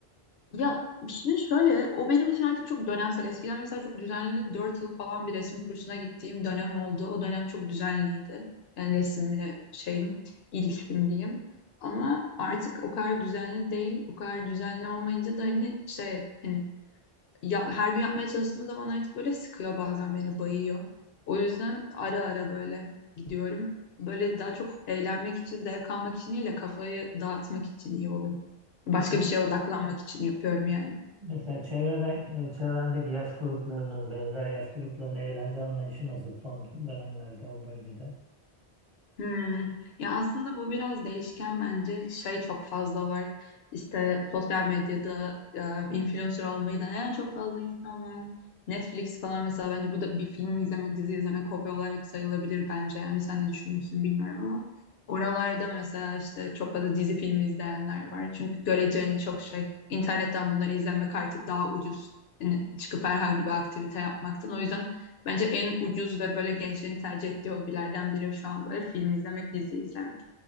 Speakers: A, on the left (about 75°); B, on the right (about 30°).
A: ya şimdi şöyle o benim için artık çok dönemsel. Eskiden mesela çok düzenli 4 yıl falan bir resim kursuna gittiğim dönem oldu. O dönem çok düzenliydi. Yani resimle şeyim, ilişkim diyeyim. Ama artık o kadar düzenli değil. O kadar düzenli olmayınca da hani şey hani ya, her gün yapmaya çalıştığım zaman artık böyle sıkıyor bazen beni bayıyor. O yüzden ara ara böyle gidiyorum. Böyle daha çok eğlenmek için, zevk almak için değil de kafayı dağıtmak için iyi oluyor. Başka
B: Peki bu
A: bir şeye odaklanmak için yapıyorum yani.
B: mesela çevreden, e, çevrendeki yaş gruplarının, benzer yaş gruplarının eğlence anlayışı nasıl son dönemlerde o bölgede?
A: Hmm. Ya aslında bu biraz değişken bence şey çok fazla var. İşte sosyal medyada e, influencer olmayı deneyen çok fazla insan var. Netflix falan mesela bence bu da bir film izlemek, dizi izlemek hobi olarak sayılabilir bence. Yani sen ne düşünürsün bilmiyorum ama oralarda mesela işte çok fazla dizi film izleyenler var. Çünkü göreceğini çok şey internetten bunları izlemek artık daha ucuz. Yani çıkıp herhangi bir aktivite yapmaktan. O yüzden Bence en ucuz ve böyle gençlerin tercih ettiği hobilerden biri şu an böyle film izlemek, dizi izlemek.